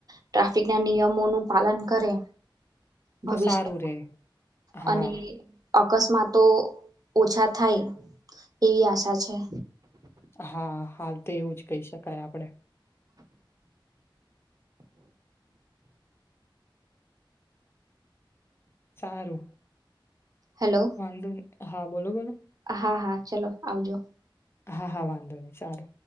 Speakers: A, on the right; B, on the left.
A: ટ્રાફિક ના નિયમોનું પાલન કરે. ભવિષ્ય
B: તો સારું રે હા.
A: અને અકસ્માતો ઓછા થાય એવી આશા છે.
B: હા હાલ તો એવું જ કહી શકાય આપડે. સારું.
A: હેલો
B: વંધ. હા બોલો બોલોને.
A: હા હા. ચલો આવજો.
B: હા હા વાંધો નહી સારો.